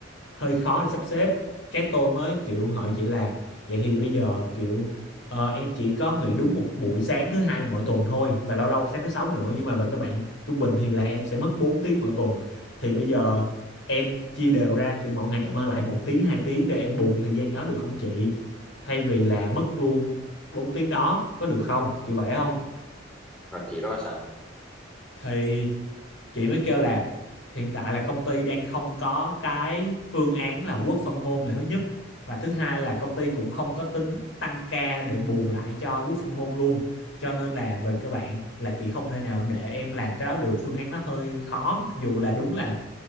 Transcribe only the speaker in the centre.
Ừ. rồi chị đó sao